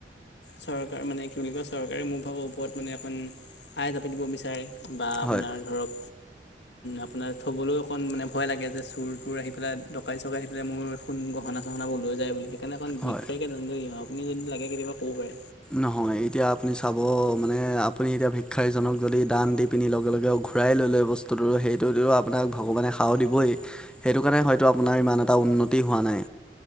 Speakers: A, on the left; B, in the centre.
A: চৰকাৰ মানে কি বুলি কয় চৰকাৰে মোৰ ভাগৰ ওপৰত মানে অকণ আয় জাপি দিব বিচাৰে। বা আপোনাৰ
B: হয়
A: ধৰক আপোনাৰ থ'বলৈ। অকণ মানে ভয় লাগে যে চুৰ তোৰ আহি পেলাই দৰাই চকাই আহি পেলাই মোৰ ফোন গহনা চহনাবোৰ লৈ যায় বুলি। কেনেকণ ভিক্ষাৰিতকৈ
B: হয়
A: জান দিওঁ আপুনি যদি লাগে কেতিয়াবা ক'ব পাৰে।
B: নহয় এতিয়া আপুনি চাব মানে আপুনি এতিয়া ভিক্ষাৰীজনক যদি দান দি। পিনি লগে লগেও ঘূৰাই লৈ লয় বস্তুটো সেইটোতো আপোনাক ভগৱানে সাও দিবই। সেইটো কাৰণে হয়তো আপোনাৰ ইমান এটা উন্নতি হোৱা নাই।